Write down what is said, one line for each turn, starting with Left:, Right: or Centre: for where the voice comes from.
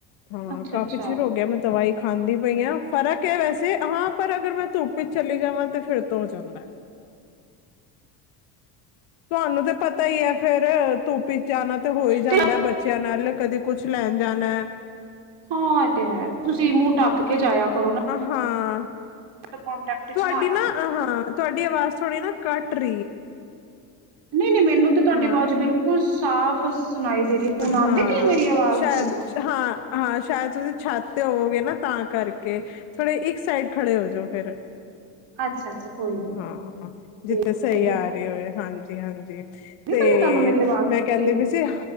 Left: ਹੂ,
Right: ਅੱਛਾ-ਅੱਛਾ
Left: ਕਾਫ਼ੀ ਚਿਰ ਹੋ ਗਿਆ, ਮੈਂ ਦਵਾਈ ਖਾਂਦੀ। ਪਈਆਂ ਫਰਕ ਹੈ, ਵੈਸੇ ਹਾਂ ਪਰ ਅਗਰ, ਮੈਂ ਧੁੱਪ ਵਿੱਚ ਚਲੀ ਜਾਵਾਂ ਤੇ ਫਿਰ ਤੋਂ ਹੋ ਜਾਂਦਾ ਹੈ। ਤੁਹਾਨੂੰ ਤੇ ਪਤਾ ਹੀ ਹੈ ਫੇਿਰ, ਧੂਪ੍ ਹੀ ਜਾਣਾ ਤਾਂ ਹੋ ਹੀ
Right: ਤੇ
Left: ਜਾਂਦਾ ਬੱਚਿਆਂ ਨਾਲ ਕਦੇ ਕੁਛ ਲੈਣ ਜਾਣਾ। <inaudible>
Right: ਹਾਂ ਇਹ ਤੇ ਹੈ ਤੁਸੀਂ ਮੂੰਹ ਟੱਕ ਕੇ ਜਾਇਆ ਕਰੋ ਨਾ
Left: ਆਹ ਹਾਂ।
Right: ਕੋਂਟੈਕਟ ਚ
Left: ਤੁਹਾਡੀ
Right: ਆਇਆ
Left: ਨਾ
Right: ਕਰੋ।
Left: ਹਾਂ ਤੁਹਾਡੀ ਆਵਾਜ਼ ਥੋੜੀ ਨਾ ਘੱਟ <inaudible>
Right: ਨਹੀਂ ਨਹੀਂ ਮੈਨੂੰ ਤੇ ਤੁਹਾਡੀ
Left: ਹਾਂ
Right: ਆਵਾਜ਼ ਬਿਲਕੁਲ ਸਾਫ ਸੁਣਾਈ ਦੇ ਰਹੀ ਉਹ ਨ ਆਉਂਦੀ
Left: ਹਾਂ
Right: ਰ ਆ ਮੇਰੀ ਆਵਾਜ਼
Left: ਸ਼ਾਇਦ
Right: ਠੀਕ।
Left: ਹਾਂ ਹਾਂ ਸ਼ਾਇਦ ਤੁਸੀਂ ਛਾਤ ਤੇ ਹੋਵੋਗੇ ਨਾ ਤਾਂ ਕਰਕੇ ਥੋੜੇ ਇੱਕ ਸਾਈਡ ਖੜੇ ਹੋ ਜਾਓ ਫਿਰ।
Right: ਅੱਛਾ-ਅੱਛਾ ਕੋਈ ਨੀ
Left: ਹਾਂ
Right: ਤੇ
Left: ਜਿੱਥੇ ਸਹੀ
Right: ਆਉਂਦੀ
Left: ਆ ਰਹੇ ਹੋਏ ਹਾਂਜੀ। ਤੇ ਹਾਂਜੀ। ਤੇ
Right: ਪਈ ਹੈ ਤੁਹਾਨੂੰ ਮੇਰੀ ਆਵਾਜ਼
Left: ਮੈਂ ਕਹਿੰਦੀ
Right: ਠੀਕ
Left: ਵੀ ਸੀ